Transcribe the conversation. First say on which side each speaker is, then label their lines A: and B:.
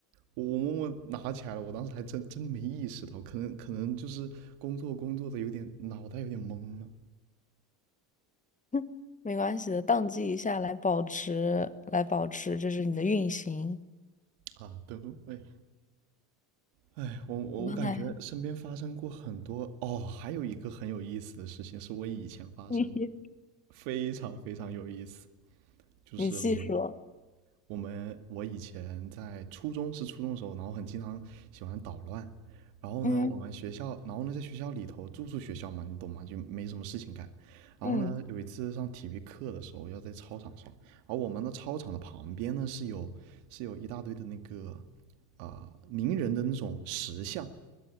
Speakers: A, on the right; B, on the left.
A: 我默默拿起来了，我当时还真真没意识到，可能可能就是工作工作的有点脑袋有点懵了
B: <laughs> 没关系的，宕机一下来保持，来保持，这是你的运行。
A: 啊，对对。哎哎，我我我感觉身边发生过很多哦，
B: 我刚才
A: 还有一个很有意思的事情是我以前发生的，
B: <laughs> 你
A: 非常非常有意思，就是我们
B: 你细说，
A: 我们我以前在初中是初中的时候，然后很经常喜欢捣乱，然后呢，
B: 嗯，
A: 我们学校，然后呢，在学校里头住宿学校嘛，你懂吗？就没什么事情干。然后呢，
B: 嗯，
A: 有一次上体育课的时候，要在操场上，然后我们的操场的旁边呢是有是有一大堆的那个啊、呃名人的那种石像，